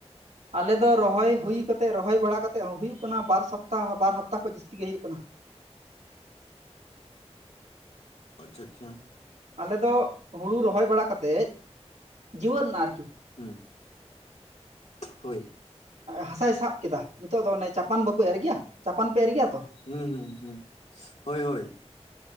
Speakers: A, on the right; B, on the left.
A: ᱟᱞᱮ ᱫᱚ ᱨᱚᱦᱚᱭ ᱦᱩᱭ ᱠᱟᱛᱮᱫ ᱨᱚᱦᱚᱭ ᱵᱟᱲᱟ ᱠᱟᱛᱮᱫ ᱦᱩᱭᱩᱜ ᱠᱟᱱᱟ ᱵᱟᱨ ᱥᱚᱯᱛᱟᱦᱚ ᱵᱟᱨ ᱦᱟᱯᱛᱟ ᱠᱷᱚᱡ ᱡᱟᱹᱥᱛᱤ ᱜᱮ ᱦᱩᱭᱩᱜ ᱠᱟᱱᱟ᱾
B: ᱟᱪᱪᱷᱟ ᱟᱪᱪᱷᱟ᱾
A: ᱟᱞᱮ ᱫᱚ ᱦᱩᱲᱩ ᱨᱚᱦᱚᱭ ᱵᱟᱲᱟ ᱠᱟᱛᱮᱫ ᱡᱩᱣᱟᱹᱫ ᱱᱟ ᱟᱨᱠᱤ᱾
B: ᱦᱩᱸ ᱦᱳᱭ
A: ᱦᱟᱥᱟᱭ ᱥᱟᱵ ᱠᱮᱫᱟ ᱱᱤᱛᱚᱜ ᱫᱚ ᱚᱱᱮ ᱪᱟᱯᱟᱱ ᱵᱟᱠᱚ ᱮᱨ ᱜᱮᱭᱟ, ᱪᱟᱯᱟᱱ ᱯᱮ ᱮᱨ ᱜᱮᱭᱟ ᱛᱚ?
B: ᱦᱩᱸ ᱦᱩᱸ ᱦᱩᱸ ᱦᱳᱭ ᱦᱳᱭ᱾